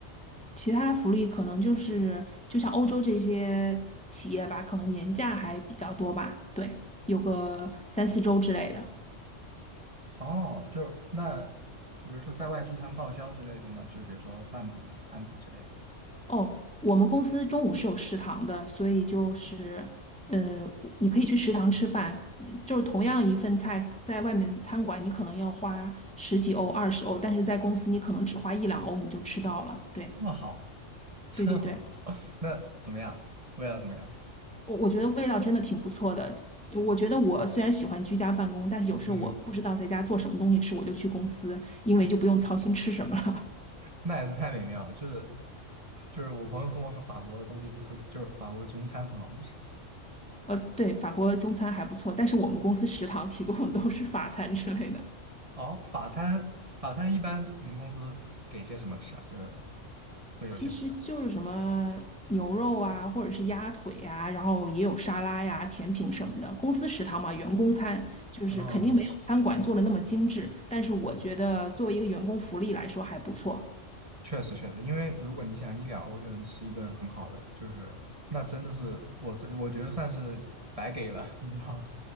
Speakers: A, in the centre; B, on the right.
A: 其他福利可能就是，就像欧洲这些企业吧，可能年假还比较多吧，对，有个三四周之类的。
B: 哦，就是那比如说在外聚餐报销之类的呢，就是比如说饭补啊、餐补之类的，
A: 哦，我们公司中午是有食堂的，所以就是，呃，你可以去食堂吃饭，就是同样一份菜，在外面餐馆你可能要花十几欧、二十欧，但是在公司你可能只花一两欧你就吃到了。对，
B: 这么好，<laughs>
A: 对对对。
B: 那怎么样？为了怎么样？
A: 我我觉得味道真的挺不错的。我觉得我虽然喜欢居家办公，但是有时候我不知道在家做什么东西吃，
B: 嗯。
A: 我就去公司，因为就不用操心吃什么了。
B: 那也是太美妙了。就是就是我朋友跟我说，法国的东西都特别，就是法国中餐很好吃。
A: <laughs> 呃，对，法国中餐还不错，但是我们公司食堂提供的都是法餐之类的，
B: 哦，法餐法餐一般你们公司给些什么吃啊？就是会有些什么？
A: 其实就是什么牛肉啊，或者是鸭腿啊，然后也有沙拉呀、甜品什么的。公司食堂嘛，员工餐就是肯定没有餐馆做的那么精致，
B: 哦，
A: 但是我觉得作为一个员工福利来说还不错。
B: 确实确实，因为如果你想一两欧就能吃一顿很好的，就是那真的是我是我觉得算是白给了，你知道吗